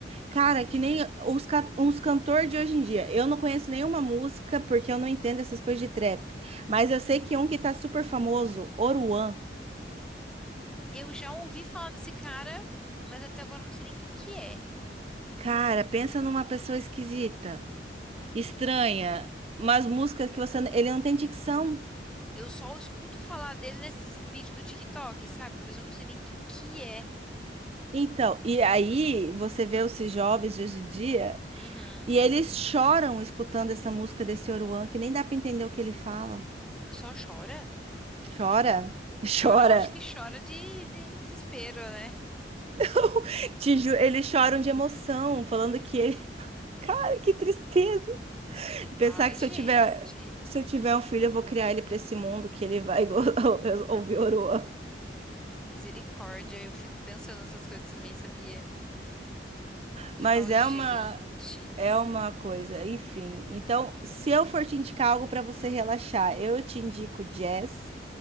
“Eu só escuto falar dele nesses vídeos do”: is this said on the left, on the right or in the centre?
Centre